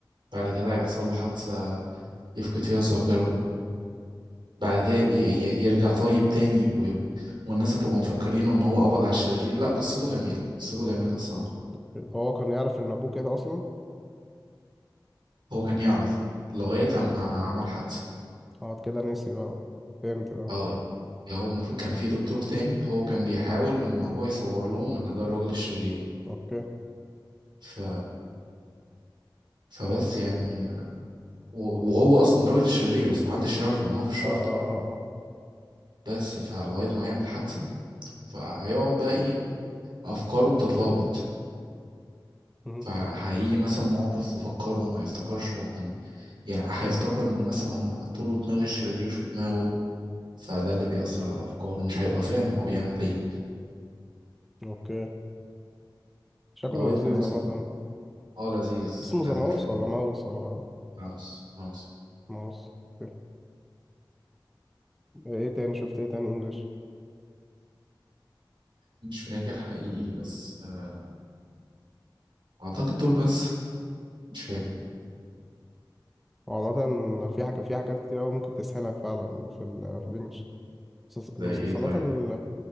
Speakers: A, on the right (about 75°); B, in the centre.
A: بعد كده هيحصل له حادثة يفقد فيها الذاكرة بعد كده ي- ي- يرجع طيب تاني ويبقى والناس هتبقى مفكرينه ان هو قبض على الشرير لا قصته جميلة قصته جميلة الصراحة
B: أوكي. طب هو كان يعرف ان ابوه كده اصلا
A: هو كان يعرف لغاية اما عمل حادثة
B: اه كده نسي بقى فهمت بقى
A: اه يعني هو المفروض كان في دكتور تاني هو كان بيحاول ان هو يصور لهم ان ده الراجل الشرير
B: اوكي اه
A: ف فبس يعني و- وهو اصلا الراجل الشرير بس محدش يعرف لان هو في الشرطة
B: اه اه, آه.
A: بس فلغاية ما يعمل حادثة فهيقعد بقى ايه افكاره بتتلخبط
B: مهم.
A: فهيجي مثلا مواقف تفكره وما يفتكرش هو كان يعني هيفتكر ان مثلا هم حطوا له دماغ الشرير في دماغه فده اللي بيأثر على افكاره مش هيبقى فاهم هو بيعمل ايه
B: اوكي شكله
A: لغاية
B: لذيذ
A: ما يوصل
B: عامة
A: اه لذيذ
B: اسمه ذا
A: لازم
B: ماوس
A: تشوفه
B: ولا ماوس ولا
A: هاوس هاوس
B: ماوس ايه إيه تاني شفت ايه تاني انجلش
A: مش فاكر حقيقي بس آه، اعتقد دول بس مش فاكر
B: وعامة في حاجة في حاجات كتير أوي ممكن تسهلك فعلا في ال في الانجلش مسلس- المسلسلات
A: زي ايه طيب
B: ال